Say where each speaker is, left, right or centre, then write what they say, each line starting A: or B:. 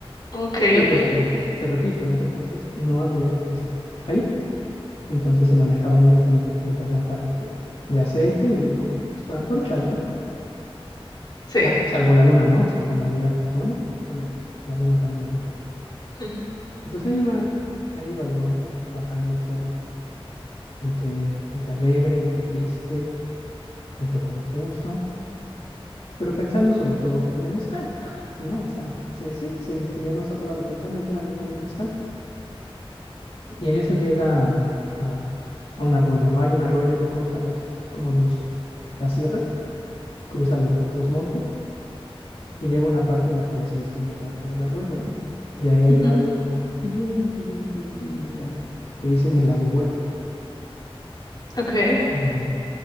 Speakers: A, on the left; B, on the left.
A: Ok,
B: Y
A: ok,
B: pues te, te repito, en ese entonces no había electricidad ahí, entonces se manejaban únicamente por esas lámparas de, de aceite y por, pues, por antorchas, ¿no?
A: sí.
B: Sa- Salvo la luna, ¿no? O sea, cuando había pues luna, obviamente, pues la luna también alumbraba.
A: Ujú.
B: Y pues ahí va, ahí va el don, bajando el cerro entre, entre alegre, entre triste, entre confuso, pero pensando sobre todo en el mezcal, <laughs> ¿no? O sea, sí, sí, sin, sin irnos a otro lado, pensando enteramente en el mezcal. Y en eso llega a, a, a un arroyo, ¿no? Hay un arroyo que corta los, como los, la sierra, cruza lo- los montes y llega una parte en la que ya se distingue parte del arroyo, ¿no? Y ahí hay
A: Ujú.
B: un árbol bien, bien, bien, bien, bien grande. Le dicen el ahuehuete.
A: Ok.
B: Y